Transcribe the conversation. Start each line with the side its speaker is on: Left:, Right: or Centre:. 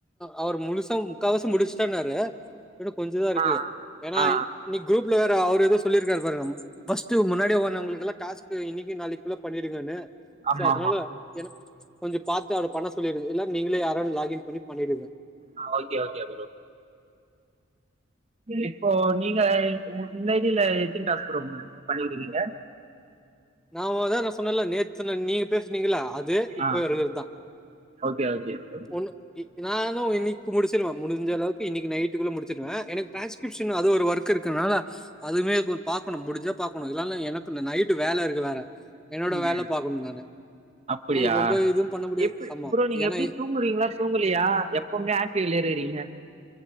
Centre: அவர் முழுசும் முக்காவாசி முடிச்சுட்டான்னாரு இன்னும் கொஞ்சதா இருக்கு
Right: ஆ
Centre: ஏன்னா
Right: ஆ
Centre: இன்னைக்கு குரூப்ல வேற அவர் எதோ சொல்லிருக்கரு பாருங்க ஃபர்ஸ்ட் முன்னாடி வந்தவங்களுக்கெல்லாம் காசு இன்னைக்கு நாளைக்குள்ள பண்ணிடுங்கன்னு
Right: ஆமா
Centre: சோ அதனால
Right: ஆமா
Centre: எனக் கொஞ்ச பாத்து அத பண்ண சொல்லிடுஙா இல்ல நீங்களே யாராவு லாக்இன் பண்ணி பண்ணிடுங்க
Right: ஆ ஓகே ஓகே ப்ரோ இப்போ நீங்க இந்த ஐ டி ல எத்தினி டாஸ்க் மேடம் பண்ணிருக்கீங்க
Centre: நா ஒருதரசொன்னேல நேற்று சொன்னே நீங்க பேசுனீங்கள அது து இப்ப
Right: ஆ
Centre: இருக்கிறது தா
Right: ஓகே ஓகே
Centre: ஒன்னு நானு இன்னக்கு முடிச்சிருவ முடிஞ்ச அளவுக்கு இன்க்கு நைட்டுக்குள்ள முடிச்சுடுவே எனக்குடிரான்ஸ்கிப்ஷன் அது ஒர்க் ஒர்க் இருக்கனால அதுமே பாரணும் முடிஞ்சா பாக்கணு இல்ல எனக்கு இந்த நைட்டு வேல இருக்கு வேற என்னோட
Right: ம்
Centre: வேலை பாக்கணும் நானு
Right: அப்படியா
Centre: என்னால ரொம்ப இதுவும் பண்ண முடியாது
Right: எப்டி
Centre: ஆமா
Right: ப்ரோ நீங்க
Centre: ஏன்னா
Right: எப்டி தூங்குறீங்களா தூங்கலையா எப்பவுமே ஆக்டிவுல்லையே இருக்றீங்க